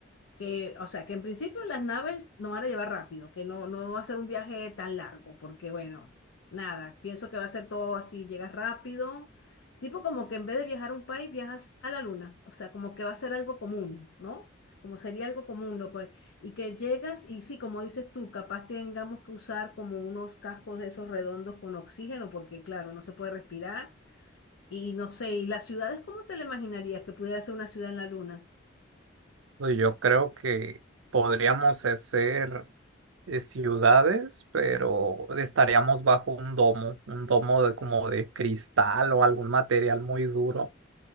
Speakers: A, on the left; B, on the right.
A: que, o sea, que en principio las naves nos van a llevar rápido, que no, no va a ser un viaje tan largo, porque bueno, nada, pienso que va a ser todo así, llegas rápido, tipo como que en vez de viajar a un país, viajas a la luna, o sea, como que va a ser algo común, ¿no? Como sería algo común, loco. eh, Y que llegas y sí, como dices tú, capaz tengamos que usar como unos cascos de esos redondos con oxígeno, porque claro, no se puede respirar. Y no sé, ¿y las ciudades cómo te la imaginarías que pudiera ser una ciudad en la luna?
B: Pues yo creo que podríamos hacer eh, ciudades, pero estaríamos bajo un domo, un domo de como de cristal o algún material muy duro